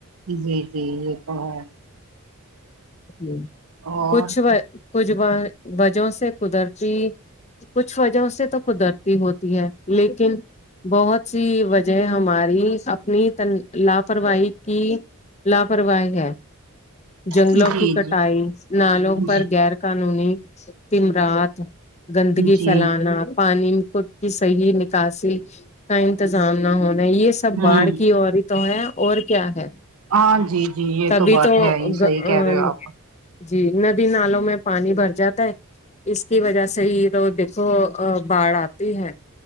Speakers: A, on the right; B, on the left.
A: جی جی یہ تو ہے
B: ہ
A: اور
B: کچھ و کچھ و وجہوں سے قدرتی کچھ وجہوں سے تو قدرتی ہوتی ہے لیکن بہت سی وجہ ہیں ہماری اپنی تن لاپرواہی کی لاپرواہی ہے جنگلوں
A: جی
B: کی کٹائی
A: جی
B: نالوں پر
A: جی
B: غیر قانونی تمرات گندگی
A: جی
B: پھیلانا پانی کو کی صحیح نکاسی کا انتظام نہ ہونا یہ
A: ہوں
B: سب باڑھ کی اور تو ہے اور کیا ہے
A: ہاں جی جی یہ
B: تبھی
A: تو بات
B: تو
A: ہے ہی صحیح کہہ رہے ہو آپ
B: جی ندی نالوں میں پانی بھر جاتا ہے اس کی وجہ سے ہی تو دیکھو ا باڑھ آتی ہے